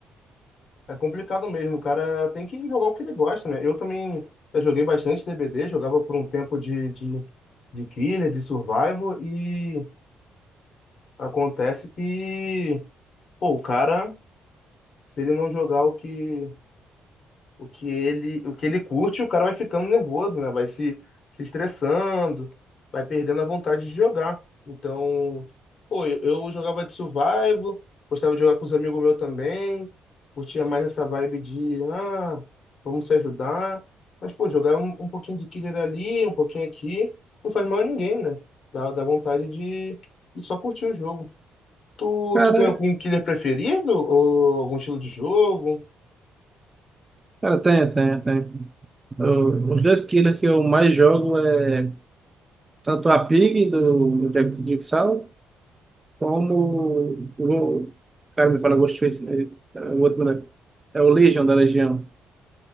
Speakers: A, on the left; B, on the right.
A: É complicado mesmo, o cara tem que jogar o que ele gosta, né? Eu também já joguei bastante D B D, jogava por um tempo de, de, de killer, de survival, e acontece que, pô, o cara, se ele não jogar o que, o que ele, o que ele curte, o cara vai ficando nervoso, né? Vai se, se estressando, vai perdendo a vontade de jogar. Então, pô, eu, eu jogava de survival, gostava de jogar com os amigos meus também, curtia mais essa vibe de, ah, vamos se ajudar. Mas, pô, jogar um, um pouquinho de killer ali, um pouquinho aqui, não faz mal a ninguém, né? Dá, dá vontade de, de só curtir o jogo. Tu,
B: Cara,
A: tu tem algum killer preferido? Ou algum estilo de jogo?
B: cara, tem, tem, tem. Eu- Os dois killers que eu mais jogo é tanto a Pig do, do Jack do Jigsaw, como o o cara me fala Ghostface, né? É O outro, né? É o Legion da Legião.